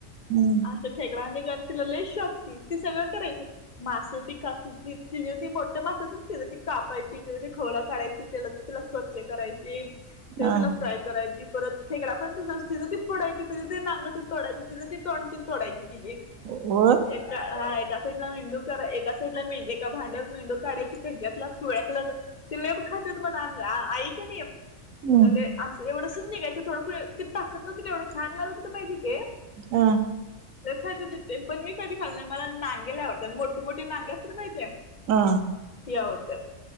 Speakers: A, on the right; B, on the left.
A: हम्म
B: असं ठेकड नि गण तिला लेस शकती ती सगळं करायची मास त का त त मोठ मास त कापायची त्या खवड काढायची त्याला तिला स्वच्छ करायची ते
A: आ
B: तिला फ्राय करायची परत खेकडाण त ति ती फोडाय ते ते नांगटून तोायची ति तणून तोायची तिजे
A: हो
B: एका हा एका साईडला मेंदू करा एका साइडला मे एका भांड्यात मेंदू काढायची त्याच्यातलाुळ्याकला तिला खातत म्ह आई का नाही
A: हम्म
B: तुला अस एवढच नाही काय थोड ते टाकत नव्हि तेवढं छान लागलं त माहिती ते
A: आ
B: तर खयंथे पण मी कधी खाल नाही मला नागेला आवडतात मोठठी मोठ नागे असत माहिय
A: आ
B: त आवडतात